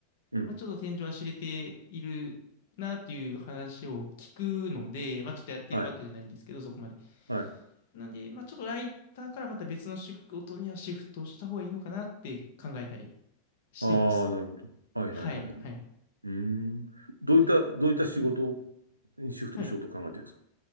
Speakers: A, on the right; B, on the left.
A: うん。
B: まあ、ちょっと天井は知れているなっていう話を聞くので、まあ、ちょっとやってるわけじゃないんですけど、
A: はい。
B: そこまで。
A: はい。
B: なんで、まあ、ちょっとライターからまた別の仕事にはシフトした方がいいのかなって考えたりしてます。
A: ああ、なるほど。はい。
B: はい、
A: はい。はい。はい。う
B: はい。
A: ーん。どういった、
B: ど
A: どういった仕事
B: はい、
A: にシフトしようと考えてるんですか
B: はい。